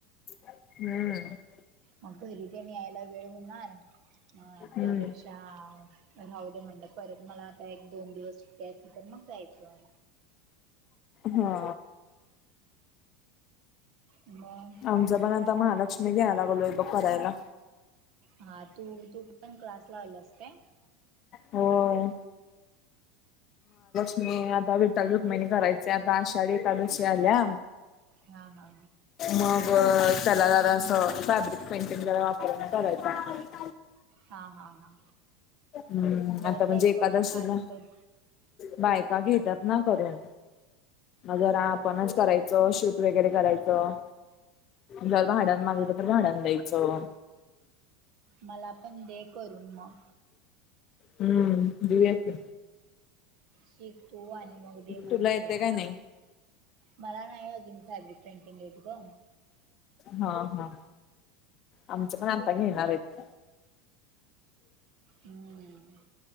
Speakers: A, on the left; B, on the right.
A: <unintelligible> <inaudible>
B: मग घरी ते न यायला वेळ होणार म
A: हम्म.
B: त्यापेक्षा राहुदे म्हणलं, परत मला आता एक दोन वर्ष सुट्टी असतील तर मग जायचं
A: हा
B: मग
A: आमच्या पण आत्ता, महालक्ष्मी घ्यायलागलोय बघ करायला
B: हा तू तू न क्लासला आल्यास काय
A: होय. म आता विठ्ठल रुक्मिणी करायचे आता आषाढी एकादशी आल्या
B: हा हा.
A: मग त्याला जरा अस फॅब्रिक पेंटिंग जरा वापरून करायचं
B: हा हा हा.
A: हं
B: कर
A: आता म्हणजे
B: बाई
A: एकादशीला
B: कर छान कर
A: बायका घेतात ना करून जरा आपणच करायचं शूट वगैरे करायचं. जर भाड्यान मागितलं तर भाड्याना द्यायचं.
B: मला पण दे करून मग
A: हम्म दिव्याक
B: शिकतो आणि मग दे मला
A: तुला येते
B: पडून
A: काय नाही
B: मला नाही अजून फॅब्रिक पेंटिंग येत ग.
A: हा हा आमच पण आता घेणार आहेत.
B: हम्म.